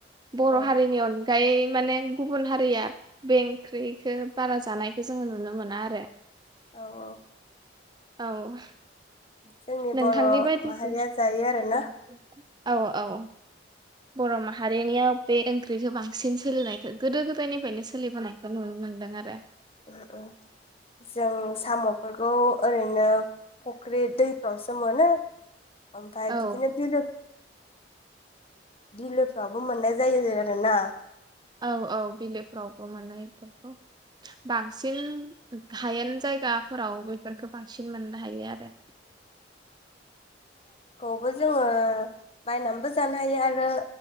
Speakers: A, on the right; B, on the left.
A: बर'
B: औ
A: हारिनि अनगायै माने गुबुन हारिया बे ओंख्रि खो बारा जानायखौ जोङो नुनो मोना आरो।
B: औ औ
A: औ
B: जोंनि
A: नोंथांनि
B: बर'
A: बायदिब्ला
B: माहारिया जायो आरोना
A: औ औ बर' माहारिनियाव बे ओंख्रिखौ बांसिन सोलिनायखो गोदो गोदायनिफ्रायनो सोलिबोनायखौ नुनो मोनदों आरो।
B: उम उम जों साम'फोरखौ ओरैनो फख्रि दैफ्रावसो मोनो ओमफाय
A: औ
B: बिदिनो बिलो बिलोफ्रावबो मोननाय जायो आरो ना?
A: औ औ बिलोफ्रावबो मोनो एफोरखौ। बांसिन हायेन जायगाफोराव बेफोरखो बांसिन बिदि मोननो हायो आरो।
B: बेखौ जोङो बायनाबो जानो हायो आरो